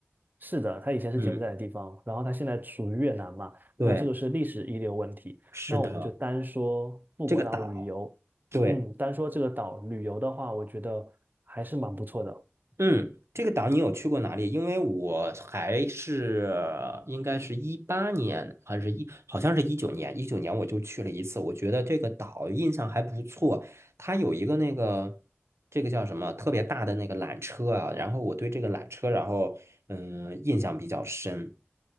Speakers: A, on the right; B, on the right.
A: 是的，它以前是柬埔寨的地方，
B: 嗯，
A: 然后它现在属于越南嘛？
B: 对，
A: 那这个是历史遗留问题。
B: 是的，
A: 那我们就单说富国岛旅游，
B: 这个岛，对，
A: 嗯，单说这个岛旅游的话，我觉得还是蛮不错的。
B: 嗯，这个岛你有去过哪里？因为我还是应该是一八年还是一，好像是一九年，一九年我就去了一次，我觉得这个岛印象还不错，它有一个那个。这个叫什么特别大的那个缆车啊，然后我对这个缆车，然后嗯印象比较深。